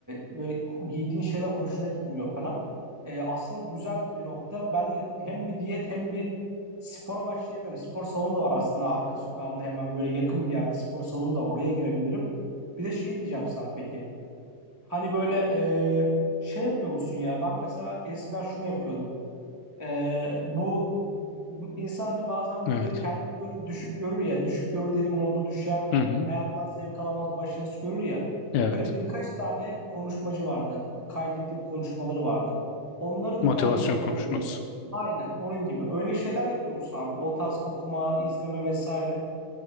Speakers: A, on the right; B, on the left.
A: böyle ho- giydiğin şeyler hoşuna gitmiyor falan. E, aslında güzel bir nokta. Ben hem bir diyet hem bir Spora başlayabilirim. Spor salonu da var aslında arka sokağımda hemen böyle yakın bir yerde spor salonu da var. Oraya girebilirim. Bir de şey diyeceğim sana peki. Hani böyle e, şey yapıyor musun ya? Ben mesela eskiden şunu yapıyordum. E, bu İnsan hani bazen
B: Evet.
A: böyle kendini böyle düşük görür ya. Düşük görür dedim modu düşer.
B: Hı hı.
A: Hayattan zevk alamaz, başarısız görür ya.
B: Evet.
A: Böyle birkaç tane konuşmacı vardı. Kaydettiğim konuşmaları vardı. Onları
B: Motivasyon
A: dinler motive
B: konuşması.
A: olurdu. Aynen onun gibi. Öyle şeyler yapıyor musun abi? O tarz okuma, izleme vesaire.